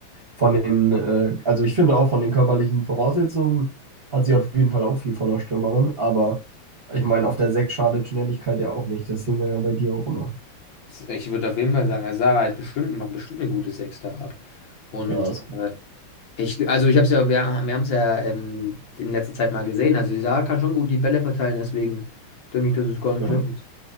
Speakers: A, on the right; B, on the left.
A: von den, äh, also ich finde auch von den körperlichen Voraussetzungen hat sie auf jeden Fall auch viel von der Stürmerin. Aber ich meine, auf der Sechs schadet Schnelligkeit ja auch nicht. Das sehen wir ja bei dir auch immer.
B: Ich würde auf jeden Fall sagen, also Sarah hat bestimmt, macht bestimmt eine gute Sechs da ab. Und
A: Ja, das
B: äh, ich, also ich habe es ja, wir, wir haben es ja ähm, in letzter Zeit mal gesehen. Also die Sarah kann schon gut die Bälle verteilen, deswegen denke ich, dass es gar nicht
A: ja,
B: schlecht ist,